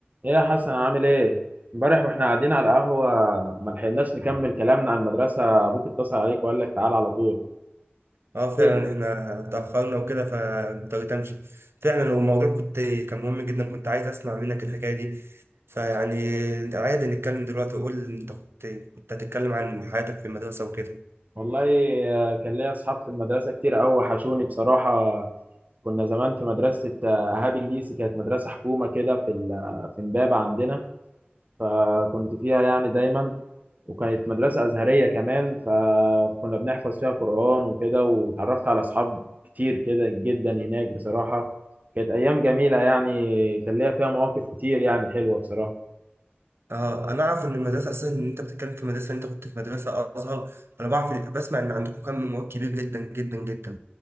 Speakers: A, on the right (about 40°); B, on the right (about 80°).
A: ايه يا حسن عامل ايه امبارح واحنا قاعدين على القهوه ما لحقناش نكمل كلامنا عن المدرسه ابوك اتصل عليك وقال لك تعال على طول
B: اه فعلا
A: ايه
B: احنا اتأخرنا وكده فاضطريت امشي فعلا الموضوع كنت كان مهم جدا كنت عايز اسمع منك الحكاية دي فيعني عادي نتكلم دلوقتي قول انت كنت كنت هتتكلم عن حياتك في المدرسة وكده
A: والله آه، كان ليا اصحاب في المدرسه كتير قوي وحشوني بصراحه كنا زمان في مدرسه آه، اهاب الليسي كانت مدرسه حكومه كده في ال- آه، في امبابه عندنا فكنت فيها يعني دايما وكانت مدرسة أزهرية كمان ف- فكنا بنحفظ فيها قرآن وكده وتعرفت على أصحاب كتير كده جدا هناك بصراحة كانت أيام جميلة يعني كان ليها فيها مواقف كتير يعني حلوة بصراحة
B: اه انا اعرف ان المدرسة اصلا ان انت بتتكلم في مدرسة انت كنت في مدرسة ازهر انا بعرف بسمع ان عندكم كم من مواد كبير جدا جدا جدا